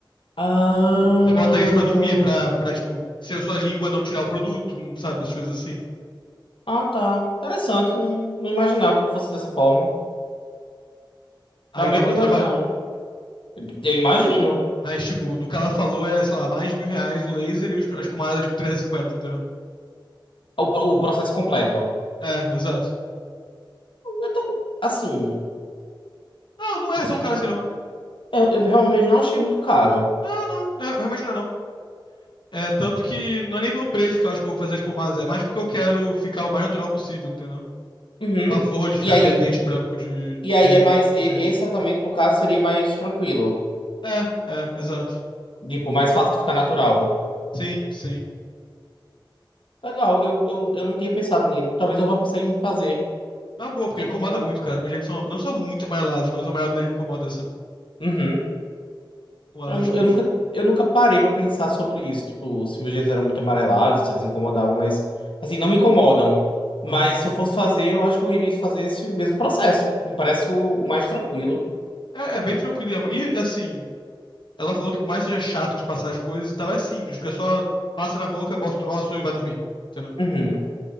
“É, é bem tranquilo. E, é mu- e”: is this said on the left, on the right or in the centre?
Left